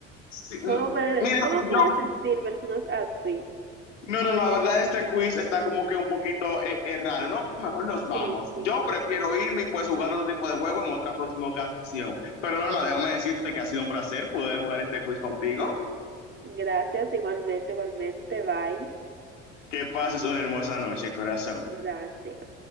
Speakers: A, on the left; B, on the right.
A: sí,
B: ¿Cómo
A: no.
B: pueden,
A: Mira,
B: cómo
A: yo
B: pueden sentir personas así?
A: No, no, no, la verdad este quiz está como que un poquito eh, eh, raro, ¿no? Mejor nos vamos.
B: Sí, sí.
A: Yo prefiero irme y pues jugar otro tipo de juego en otra próxima ocasión. Pero Norma, déjame decirte que ha sido un placer poder jugar este quiz contigo.
B: Gracias, igualmente, igualmente. Bye.
A: Que pases una hermosa noche, corazón.
B: Gracias.